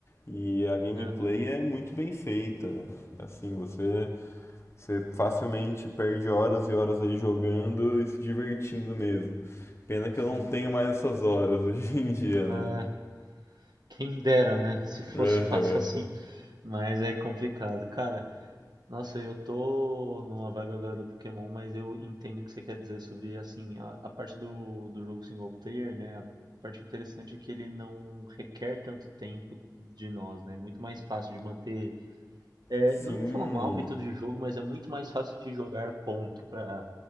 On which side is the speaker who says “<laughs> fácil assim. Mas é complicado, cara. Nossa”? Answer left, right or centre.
Right